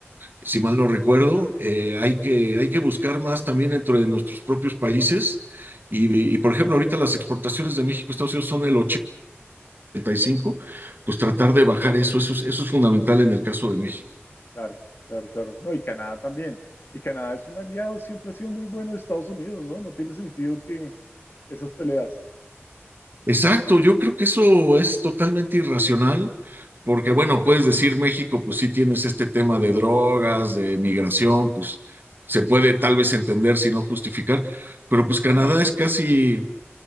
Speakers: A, on the right; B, on the left.
A: si mal no recuerdo. Eh, hay que, hay que buscar más también dentro de nuestros propios países. Y, y, por ejemplo, ahorita las exportaciones de México a Estados Unidos son el 80%, 85%, pues tratar de bajar eso, eso es, eso es fundamental en el caso de México.
B: Claro, claro, claro. No, y Canadá también. Y Canadá es un aliado, siempre ha sido muy bueno de Estados Unidos, ¿no? No tiene sentido que esas peleas.
A: Exacto, yo creo que eso es totalmente irracional, porque bueno, puedes decir México, pues sí tienes este tema de drogas, de migración, pues se puede tal vez entender si no justificar, pero pues Canadá es casi,